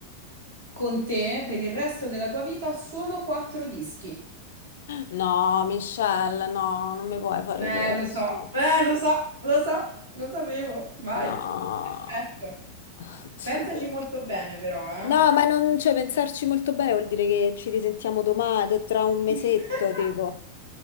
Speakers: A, on the right; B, on the left.
A: con te per il resto della tua vita solo quattro dischi.
B: No, Michelle, no, non mi puoi fare
A: Eh,
B: questo.
A: lo so, eh, lo so, lo so, lo sapevo, vai.
B: No.
A: Perfetto.
B: <laughs> Oddio,
A: Pensaci
B: perché?
A: molto bene, però,
B: No,
A: eh.
B: ma non, cioè, pensarci molto bene vuol dire che ci risentiamo domani, tra un mesetto,
A: <laughs>
B: tipo,